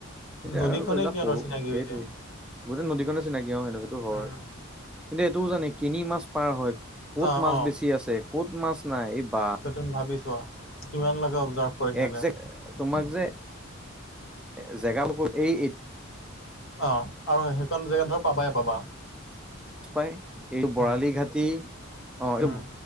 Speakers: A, in the centre; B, on the left (about 65°).
A: এতিয়া
B: নদীখনেই
A: আৰু এইবিলাক
B: সিহঁতৰ
A: সৰু
B: চিনাকি
A: সেইটোৱে
B: হৈ যায়।
A: গোটেই নদীখনে চিনাকি হয় সিটো, সেইটো হয়
B: উম
A: কিন্তু এইটোও জানে তিনি মাছ পাৰ হয়। কত
B: অ
A: মাছ
B: অ
A: বেছি আছে ক'ত মাছ নাই এই বা
B: তুমি ভাবিছোৱা কিমান লাগে অবজাৰ্ভ কৰি সনে
A: একজেক্ট তোমাক যে <unintelligible>
B: অ, আৰু সেইখন জেগাত ধৰ পাবাই পাবা।
A: পাই এই বৰালি
B: উম
A: ঘাটি অ, এই
B: উম